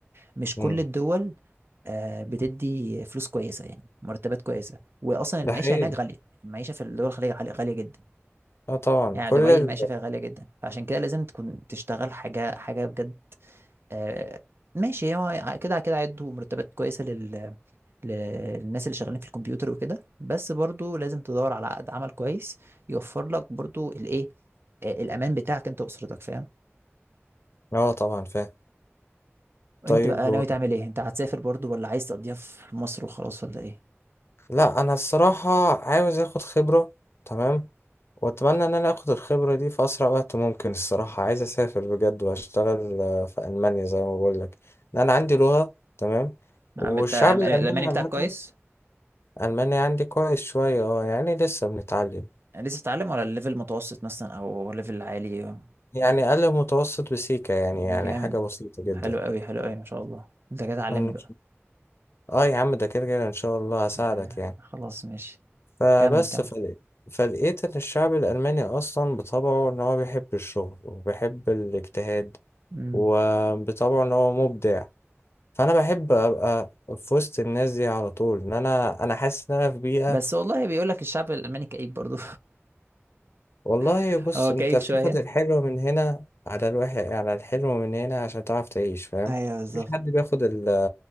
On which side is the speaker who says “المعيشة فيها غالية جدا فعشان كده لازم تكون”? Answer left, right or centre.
Right